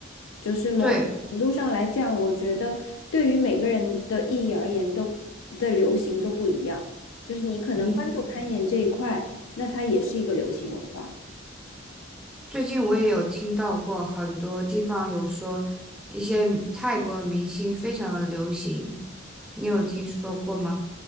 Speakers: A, on the left; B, in the centre.
A: 就是某种程度上来讲，
B: 对，
A: 我觉得对于每个人的意义而言都，的流行都不一样。就是你可能关注攀岩这一块，
B: 嗯，
A: 那它也是一个流行文化。
B: 最近我也有听到过很多地方有说一些泰国明星非常的流行，你有听说过吗？